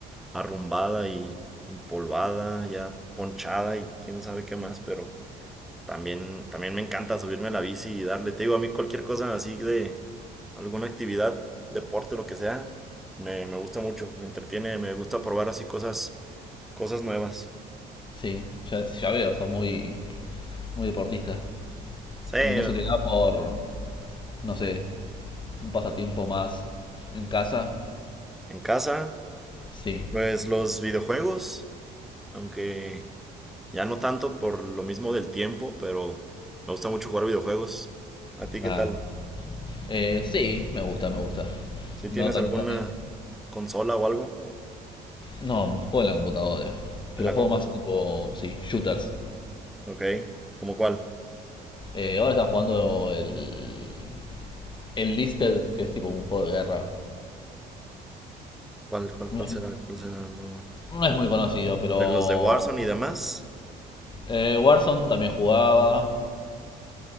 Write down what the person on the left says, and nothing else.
sí, ya, ya veo, sos muy, muy deportista.
¿Y no se te da por, no sé, un pasatiempo más en casa?
Sí.
Ah,
eh, sí, me gusta, me gusta.
No, tam-
también.
No, juego en la computadora. Pero
juego
más tipo, sí, shooters.
Eh, ahora estaba jugando el, el Listed, que es tipo un juego de guerra.
No es,
no es muy conocido, pero
eh, Warzone también jugaba.